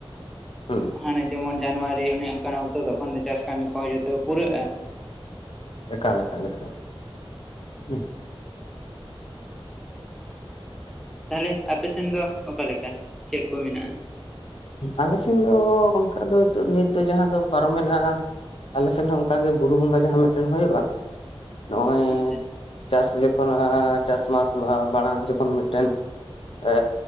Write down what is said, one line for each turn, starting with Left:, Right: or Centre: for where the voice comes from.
Left: ᱦᱩᱸ
Centre: ᱦᱟᱱᱮ ᱡᱮᱢᱚᱱ ᱡᱟᱱᱩᱣᱟᱨᱤ ᱚᱱᱮ ᱚᱱᱠᱟᱱ ᱚᱠᱛᱚ ᱛᱚᱠᱷᱚᱱ ᱫᱚ ᱪᱟᱥ ᱠᱟᱹᱢᱤ ᱠᱚᱦᱚᱸ ᱡᱚᱛᱚ ᱯᱩᱨᱟᱹᱜᱼᱟ
Left: ᱮᱠᱟᱞ ᱮᱠᱟᱞ ᱮᱠᱟᱞ ᱦᱩ
Centre: ᱛᱟᱦᱚᱞᱮ ᱟᱯᱮᱥᱮᱱ ᱫᱚ ᱚᱠᱟᱞᱠᱟ ᱪᱮᱫ ᱠᱚ ᱢᱮᱱᱟᱜᱼᱟ?
Left: ᱟᱞᱮ ᱥᱮᱱ ᱫᱚ ᱚᱱᱠᱟ ᱫᱚ ᱱᱤᱛᱚᱜ ᱱᱤᱛ ᱫᱚ ᱡᱟᱦᱟᱸ ᱠᱚ ᱯᱟᱨᱚᱢᱮᱱᱟ ᱟᱞᱮ ᱥᱮᱫ ᱦᱚᱸ ᱚᱱᱠᱟᱜᱮ ᱵᱩᱨᱩ ᱵᱚᱸᱜᱟ ᱡᱟᱦᱟᱸ ᱢᱤᱫᱴᱮᱱ ᱦᱩᱭᱩᱜᱼᱟ ᱱᱚᱜᱼᱚᱭ
Centre: ᱟᱪᱪᱷᱟ
Left: ᱪᱟᱥ ᱡᱚᱠᱷᱚᱱ ᱟᱨ ᱪᱟᱥᱢᱟᱥ ᱢᱟᱲᱟᱝ ᱡᱚᱠᱷᱚᱱ ᱢᱤᱫᱴᱮᱱ ᱮ